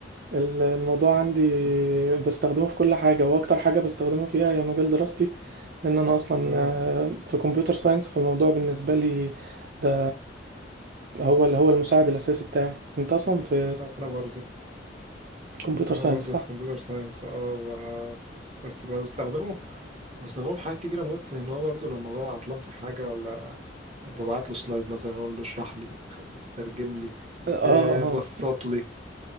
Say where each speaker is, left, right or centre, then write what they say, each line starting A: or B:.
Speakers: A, on the right (about 55°); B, on the right (about 35°).
A: ال- الموضوع عندي
B: <laughs>
A: بستخدمه في كل حاجه واكتر حاجه بستخدمه فيها هي مجال دراستي لان انا اصلا
B: اه
A: آه، في كمبيوتر ساينس فالموضوع بالنسبه لي ده هو اللي هو المساعد الاساسي بتاعي انت اصلا في
B: انا انا برضه
A: كمبيوتر
B: انا
A: ساينس
B: برضه
A: صح
B: في كمبيوتر ساينس اه و- بس بستخدمه بستخدمه في حاجات كتيرة موت لان هو برضه لما ببقى عطلان في حاجة ولا ببعت له سلايد مثلا اقول له اشرح لي ترجم لي
A: اه اه
B: آه، بسط لي